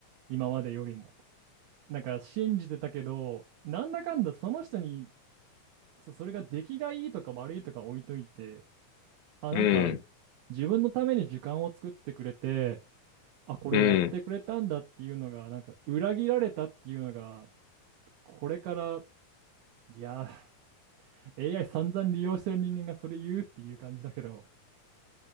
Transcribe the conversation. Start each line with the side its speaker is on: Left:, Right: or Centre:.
Right: 今までよりも。なんか信じてたけど、なんだかんだその人に、そそれが出来がいいとか悪いとか置いといて、あ、
Left: うん、
Right: なんか、自分のために時間を作ってくれて、あ、これをやってくれたんだっていうのが、
Left: うん。
Right: なんか、裏切られたっていうのが、これから、いやー、AI 散々利用してる人間がそれ言うっていう感じだけど、